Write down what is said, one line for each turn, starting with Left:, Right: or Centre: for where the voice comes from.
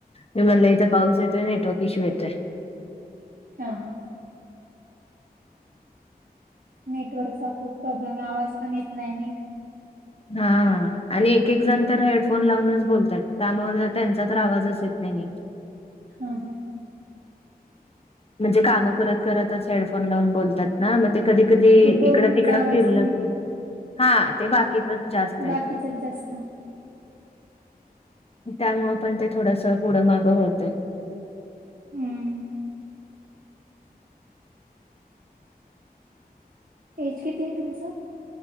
Left: मी म्हणलं इथं पाऊस येतोय, नेटवर्क इश्यू येतोय.
Right: हा हा. नेटवर्कचा खूप प्रॉब्लेम आहे. आवाज पण येत नाही नीट
Left: हा आणि एक एक जण तर हेडफोन लावूनच बोलतात, त्यामुळे त्यांचा तर आवाजच येत नाही नीट
Right: हा हा.
Left: म्हणजे कामं करत करतच हेडफोन लावून बोलतात ना मग ते कधी कधी
Right: ते बोलण्याचा
Left: इकड तिकडं
Right: आवाज
Left: फिरलं
Right: कमी
Left: की हा ते बाकीतच जास्त येत.
Right: बाकीचच जास्त
Left: त्यामुळे पण ते थोडस पुढं मागं होते.
Right: हम्म एज किती आहे तुमचं